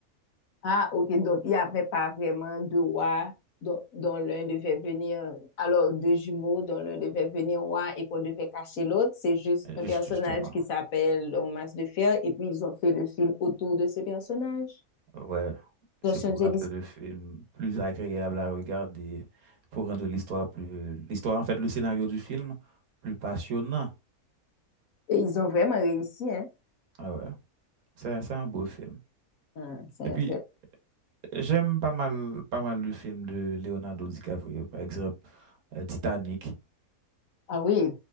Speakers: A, on the left; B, on the right.
A: Ah, ok, donc il n'y avait pas vraiment de roi dont, dont l'un devait venir, alors deux jumeaux dont l'un devait venir roi et qu'on devait cacher l'autre. C'est juste
B: euh,
A: un
B: juste-
A: personnage
B: justement.
A: qui s'appelle le masque de fer et puis ils ont fait le film autour de ce personnage.
B: Ouais,
A: Ils
B: c'est
A: ont changé
B: pour rendre
A: l'histoire.
B: le film plus agréable à regarder, pour rendre l'histoire plus... L'histoire, en fait, le scénario du film plus passionnant.
A: Et ils ont vraiment réussi, hein?
B: Ah ouais, c'est c'est un beau film.
A: Mhm. C'est
B: Et
A: un
B: puis,
A: très
B: j'aime pas mal, pas mal le film de Leonardo DiCaprio, par exemple, euh, Titanic.
A: Ah oui,